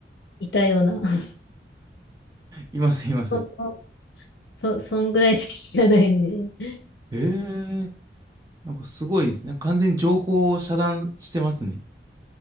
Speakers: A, on the left; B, on the right.
A: いたような、<laughs>
B: います、います。
A: そんなそ、そんぐらいしか知らないんで。
B: ええなんかすごいですね。完全に情報を遮断してますね。